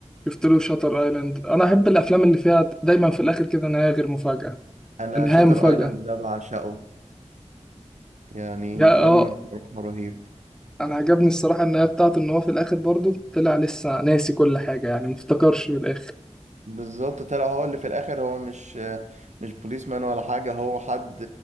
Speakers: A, in the centre; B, on the right (about 80°).
A: شفت له شاتر ايلاند انا احب الافلام اللي فيها دايما في الاخر كده نهايه غير مفاجاه
B: انا
A: نهايه
B: شاتر
A: مفاجاه
B: ايلاند ده بعشقه يعني
A: يا
B: فيلم
A: اه
B: بصراحة رهيب
A: انا عجبني الصراحه النهايه بتاعته ان هو في الاخر برضه طلع لسه ناسي كل حاجه يعني مفتكرش في الاخر
B: بالظبط طلع هو اللي في الاخر هو مش مش بوليس مان ولا حاجه هو حد